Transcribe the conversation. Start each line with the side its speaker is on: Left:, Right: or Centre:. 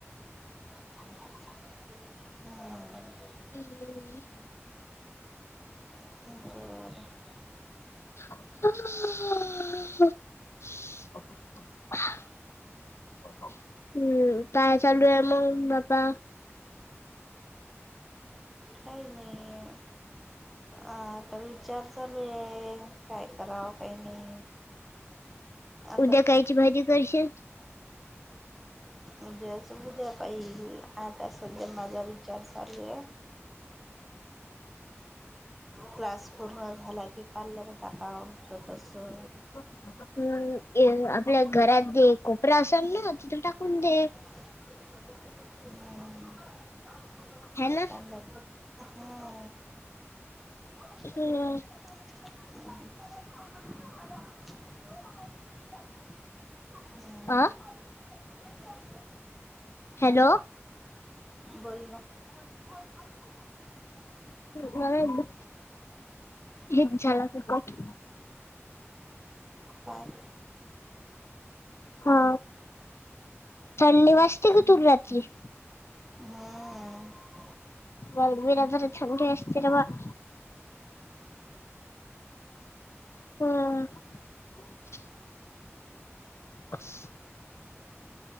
Centre: <unintelligible> हा.
Left: <unintelligible>
Centre: हा <unintelligible>
Left: हंं हं हंं हं हम्म काय चालो आहे मग बपा.
Centre: काय नाही. आता विचार चालू आहे काय करावं काही नाही. आता
Left: उद्या कायची भाजी करशील.
Centre: उद्याच उद्या पाहिल आता सध्या माझा विचार चालू आहे. क्लास पूर्ण झाला की पार्लर टाका छोटसं.
Left: ह <unintelligible> हम् आपल्या घरात जे कोपरा असाल ना तिथं टाकून दे.
Centre: हम्म.
Left: है
Centre: इथं
Left: ना
Centre: आणला कप हा. <unintelligible>
Left: हम्म,
Centre: हमं
Left: आ हॅलो.
Centre: बोल ना. <unintelligible>
Left: ह एक झाला फुकट
Centre: बाम.
Left: हा थंडी वाजते की तूल रातची?
Centre: हम्मम.
Left: गलबनात्र छग असस्तिरवा. <unintelligible> हा. बस्स.